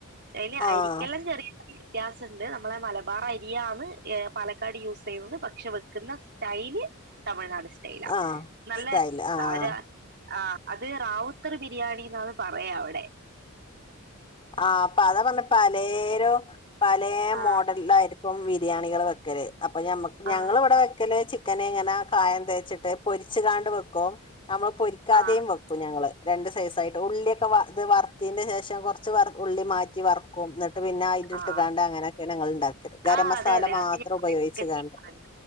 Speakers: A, on the right; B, on the left.
A: ക്ഷയ്ല്
B: ആഹ്
A: അരിക്കല്ലം ചെറിയ ത്യാസണ്ട് നമ്മളെ മലബാർ അരിയാന് എഹ് പാലക്കാട് യൂസെയ്യുന്നത് പക്ഷെ വെക്കുന്ന സ്റ്റൈല് തമിഴ്നാട് സ്റ്റൈലാ
B: ആഹ്
A: നല്ല
B: സ്റ്റൈല് ആഹ്
A: സാവര ആഹ് അത് റാവുത്തർ ബിരിയാണിന്നാണ് പറയാ അവടെ
B: ആഹ് പ്പതാപർഞ്ഞെ പലേരും പലേ
A: ആ
B: മോഡല്ലായിര് പ്പം ബിരിയാണികൾ വെക്കല് അപ്പൊ ഞമ്മക്ക് ഞങ്ങളിവിടെ
A: ആ
B: ക്കല് ചിക്കന്ങ്ങനെ കായം തേച്ചിട്ട് പൊരിച്ച്കാണ്ട് വെക്കും നമ്മള് പൊരിക്കാതെയും
A: ആ
B: വെ ക്കും ഞങ്ങള് രണ്ട് സൈസായിട്ട് ഉള്ളിയൊക്കെ ഇത് വർത്തീന്റെ ശേഷം കൊർച്ച് ഉള്ളി മാറ്റി വർ ക്കും ന്നട്ട് പിന്നെ അയ്ന്റ്ട്ട്കാണ്ട്
A: ആ
B: അങ്ങനെക്കെണ് ഞങ്ങള്ണ്ടാക്കല്. ഗരം
A: ആ
B: മസാല
A: അതെ അതെ
B: മാത്രം
A: അത്
B: ഉപയോഗിച്ച്
A: ഞാൻ
B: കാണ്ട്